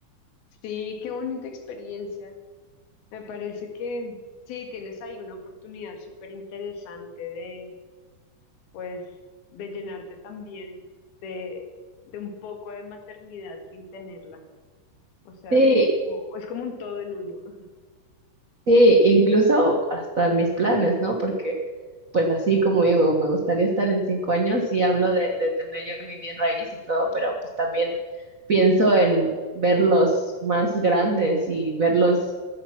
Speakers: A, on the left; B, on the right.
A: Sí, qué bonita experiencia. Me parece que sí, tienes ahí una oportunidad súper interesante de, pues, de llenarte también de, de un poco de maternidad sin tenerla. O sea,
B: Sí,
A: es como, es como un todo en uno. <laughs>
B: Sí, incluso hasta mis planes, ¿no? Porque, pues así como digo, me gustaría estar en cinco años, sí hablo de, de tener yo mi bien raíz y todo, pero pues también pienso en verlos más grandes y verlos